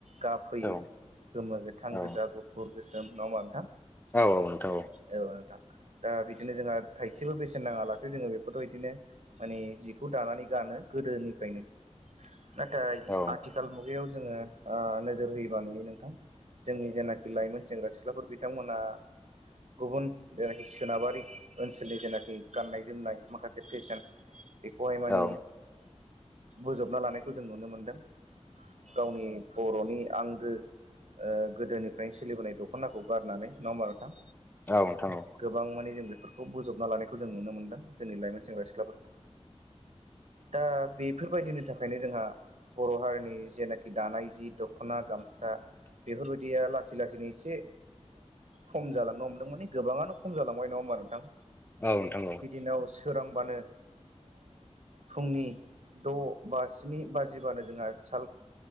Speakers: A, on the right (about 80°); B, on the left (about 15°).
A: गाब होयो
B: औ
A: गोमो गोथां
B: औ
A: गोजा गुफुर गोसोम नङा होनबा नोंथां
B: औ औ नोंथां ओ
A: औ नोंथां दा बिदिनो जोंहा थाइसेबो बेसेन नाङालासो जोङो बे बेखौथ' बिदिनो माने जिखौ दानानै गानो गोदोनिफ्रायनो। नाथाय
B: औ
A: आथिखाल मुगायाव जोङो नोजोर होयोबा नुयो नोंथां जोंनि जेनाखि लाइमोन सेंग्रा सिख्लाफोर बिथांमोना गुबुन जेनाखि सोनाबारि ओनसोलनि जेनाखि गाननाय जोमनाय माखासे फेसन बेखौहाय मानिे
B: औ
A: बोजबना लानायखौ जों नुनो मोनदों। गावनि बर'नि आंगो गोदोनिफ्रायनो सोलिबोनाय दख'नाखौ गारनानै नडा होनबा' नोंथां।
B: औ नोंथां औ नोंथां औ
A: गोबां माने जों बेफोरखौ बोजबना लानायखौ जों नुनो मोनदों। जोंनि लाइमोन सेंग्रा सिख्लाफोरखौ दा बेफोरबायदिनि थाखायनो जोंहा बर' हारिनि जेनाखि दानाय जि दख'ना गामसा। बेफोरबायदिया लासै लासैनो एसे खम जालांनो हमदों माने गोबाङानो खम जालांबाय नङा हो बां नोंथां
B: औ नोंथां
A: <unintelligible> सोरांबानो फुंनि द' बा स्नि बाजिबानो जोंहा साल